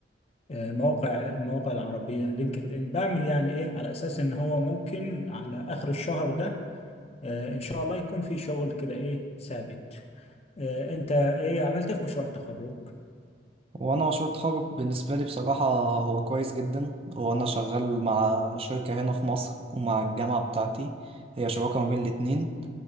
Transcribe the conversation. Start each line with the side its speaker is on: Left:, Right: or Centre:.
Left: مواقع المواقع العربية لينكد ان بعمل يعني ايه على اساس ان هو ممكن على اخر الشهر ده آه، ان شاء الله يكون في شغل كده ايه ثابت آه، انت ايه عملت إيه في مشروع التخرج
Right: وانا مشروع التخرج بالنسبه لي بصراحه هو كويس جدا وانا شغال مع شركه هنا في مصر ومع الجامعه بتاعتي هي شراكه ما بين الاتنين